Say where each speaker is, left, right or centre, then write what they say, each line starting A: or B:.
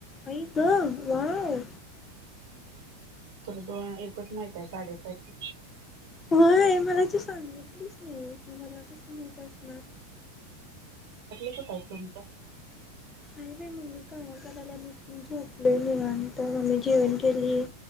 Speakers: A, on the left; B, on the right.
A: आई गं वाव!
B: तर दोन एकच माहित आहे साडेसहाची
A: होयं मला ती सांगितलीच नाही मला कसं माहित असणार.
B: कुठंय तुमचं?
A: हाय बाई मम्मी काम करायला मी झोपलोय निवांत. मम्मी जेवण केली.